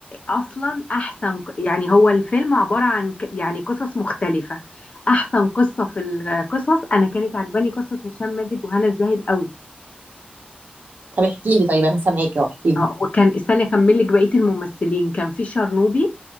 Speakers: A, on the left (about 40°); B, on the right (about 65°).
A: اصلا احسن ق- يعني هو الفيلم عبارة عن ك- يعني قصص مختلفة احسن قصة في القصص انا كانت عجباني قصة هشام ماجد وهنا الزاهد قوي
B: طب احكي لي طيب انا سامعاكي واحكي لي
A: آه، وكان استني اكمل لك بقيه الممثلين كان في شرنوبي